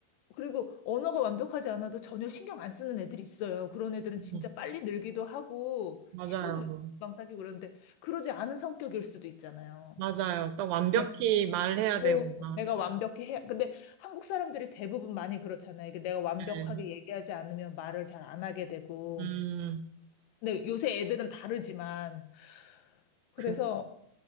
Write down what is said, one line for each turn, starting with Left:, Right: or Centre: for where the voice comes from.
Left: 그리고 언어가 완벽하지 않아도 전혀 신경 안 쓰는 애들이 있어요. 그런 애들은
Right: 음,
Left: 진짜 빨리 늘기도 하고,
Right: 맞아요.
Left: 친구도 막 금방 사귀고 그러는데, 그러지 않은 성격일 수도 있잖아요.
Right: 맞아요. 딱 완벽히
Left: 응.
Right: 말해야
Left: 꼭
Right: 되고, 나
Left: 내가 완벽히 해야, 근데 한국 사람들이 대부분 많이 그렇잖아요. 이게 내가 완벽하게
Right: 네.
Left: 얘기하지 않으면 말을 잘 안 하게 되고.
Right: 음,
Left: 근데 요새 애들은 다르지만, 그래서
Right: 그,